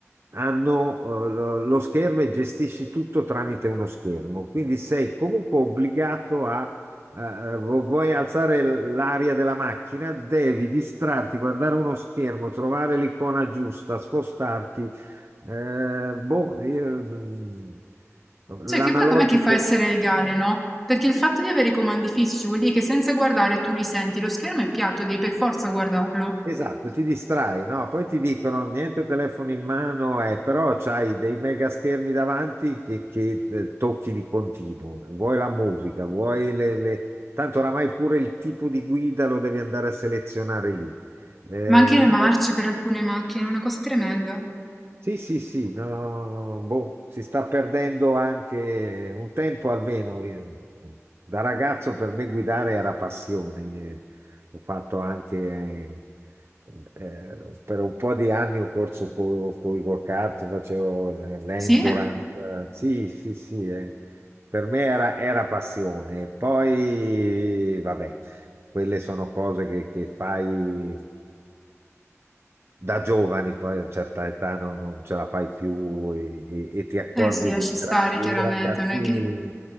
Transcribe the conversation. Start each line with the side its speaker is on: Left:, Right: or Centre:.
Right: hanno eh, lo, lo schermo e gestisci tutto tramite uno schermo, quindi sei comunque obbligato a, eh, vu- vuoi alzare l'aria della macchina, devi distrarti, guardare uno schermo, trovare l'icona giusta, spostarti, eh, boh, io, mm,
Centre: Cioè,
Right: l'analogico.
Centre: che poi com'è che fa a essere legale, no? Perché il fatto di avere i comandi fissi vuol dire che senza guardare tu li senti, lo schermo è piatto, devi per forza guardarlo.
Right: Esatto, ti distrai, no? Poi ti dicono niente telefono in mano, eh, però c'hai dei mega schermi davanti che, che, eh, tocchi di continuo. Vuoi la musica, vuoi le, le- Tanto oramai pure il tipo di guida lo devi andare a selezionare lì. Eh,
Centre: Ma anche le marce
Right: no,
Centre: per alcune macchine, una cosa tremenda.
Right: sì, sì, sì, no, boh, si sta perdendo anche un tempo almeno. Io- Da ragazzo per me guidare era passione. eh, Ho fatto anche eh, eh, per un po' di anni ho corso con i go-kart, facevo eh, l'endurance.
Centre: Sì, eh.
Right: eh, Sì, sì, sì, eh, per me era, era passione. Poi, vabbè quelle sono cose che, che fai da giovani, poi a certa età non, non ce la fai più e, e- e ti accorgi
Centre: Eh sì, lasci
Right: che i
Centre: stare
Right: ra-
Centre: chiaramente,
Right: i ragazzini
Centre: non è che